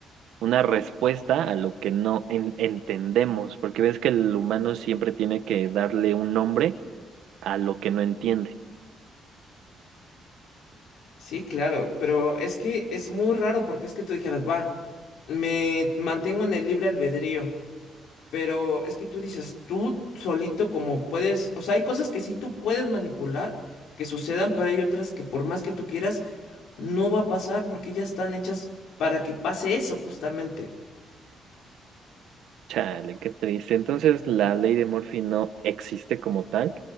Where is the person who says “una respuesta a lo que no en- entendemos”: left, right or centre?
Right